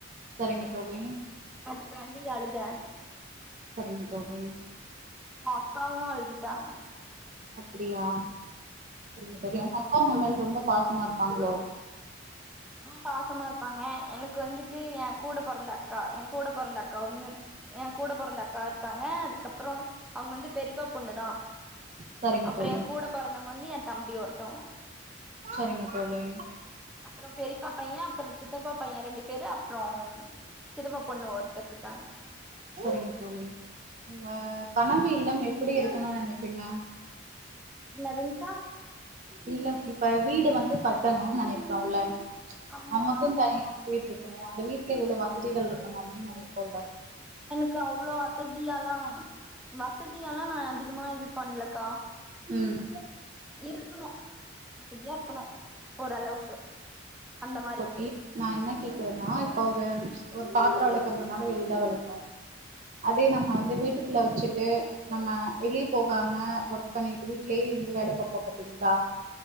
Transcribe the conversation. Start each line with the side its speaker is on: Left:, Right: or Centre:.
Right: செரிங்க தோழி
Centre: அதுக்காண்டி அழுத
Right: செரிங்க தோழி
Centre: அக்காவு அழுதுட்டாங்க
Right: அப்டியா செரிங்க தோழி உங்க அக்கா உங்க மேல ரொம்ப பாசமா இருப்பாங்ளோ
Centre: ஆ பாசமா இருப்பாங்க எனுக்கு வந்துட்டு எ கூட பொறந்த அக்கா எ கூட பொறந்த அக்கா ஒண்ணுருக் ஏ கூட பொறந்த அக்கா இருக்காங்க அதுக்கப்றோ அவுங்க வந்து பெரிப்பா பொண்ணு தா
Right: சரிங்க
Centre: அப்றோ
Right: தோழி
Centre: எ கூட பொறந்தவங்க வந்து எ தம்பி ஒருத்தவுங்க
Right: செரிங்க தோழி
Centre: அப்றோ பெரிப்பா பைய அப்றோ சித் த்தப்பா பைய ரெண்டு பேரு அப்றோ சித்தப்பா பொண்ணு ஒருத்தர் இருக்காங்
Right: செரிங்க தோழி உங்க கனவு இல்லம் எப்டி இருக்கணு நெனப்பீங்க
Centre: என்னதுங்க்கா
Right: இல்லம் இப்ப வீடு வந்து கட்டணுன் நெனைப்போல்ல
Centre: ஆமா
Right: நமக்குன் தனியா வீட் இருக்கணு அந்த வீட்ல இவ்ளோ வசதிகள் இருக்கனு அப்டின் நெனைப்போல்ல
Centre: எனுக்கு அவ்ளோ வசதியாலா வசதியாலா நா அதிகமா இது பண்லக்கா
Right: ம்
Centre: இருக்குணு வசதியா இருக்கணு ஓரளவுக்கு அந்த மாரி
Right: எயிட் நா இன்ன கேக்குறனா இப்ப ஒரு ஒரு பாத்ரோ வெளக்கற்துனாலோ வெளிதா வெளக்கோ அதே நம்ம வந்து வீட்டுக்குள்ள வெச்சுட்டு நம்ம வெளிய போகாம ஒர்க் பண்ணிட்டு வீட்லே இருந்து வேல பாப்போ பாத்தீங்ளா